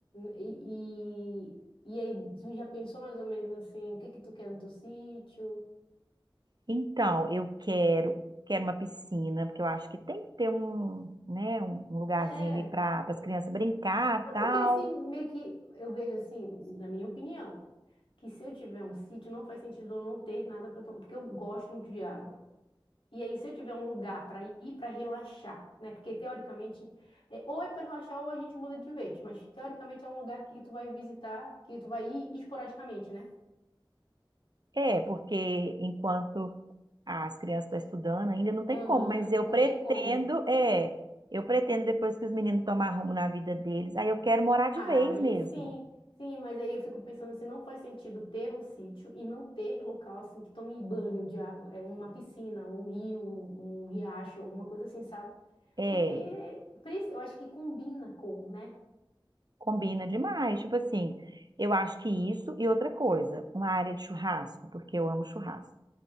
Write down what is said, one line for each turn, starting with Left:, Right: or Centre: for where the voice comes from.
Left: e, e, e aí tu já pensou mais ou menos assim, o que que tu quer no teu sítio?
Right: Então, eu quero, quero uma piscina, porque eu acho que tem que ter um, né, um um lugarzinho
Left: É,
Right: ali para as crianças brincar,
Left: É
Right: tal.
Left: porque assim, meio que eu vejo assim, na minha opinião, que se eu tiver um sítio, não faz sentido eu não ter nada para tomar, porque eu gosto muito de água. E aí, se eu tiver um lugar para ir para relaxar, né? Porque teoricamente, é, ou é para relaxar ou a gente muda de vez, mas teoricamente é um lugar que tu vai visitar, que tu vai ir esporadicamente, né?
Right: É, porque enquanto as crianças estão estudando, ainda não tem
Left: Aham,
Right: como, mas eu
Left: não
Right: pretendo,
Left: tem como.
Right: é, eu pretendo depois que os meninos tomar rumo na vida deles, aí eu quero morar de
Left: Ah,
Right: vez
Left: Aí
Right: mesmo.
Left: sim, sim, mas aí eu fico pensando se não faz sentido ter um sítio e não ter local assim que tome banho de água, é uma piscina, um rio, um, um riacho, alguma coisa assim, sabe?
Right: É,
Left: Porque preci- eu acho que combina com, né?
Right: combina demais, tipo assim, eu acho que isso e outra coisa, uma área de churrasco, porque eu amo churrasco.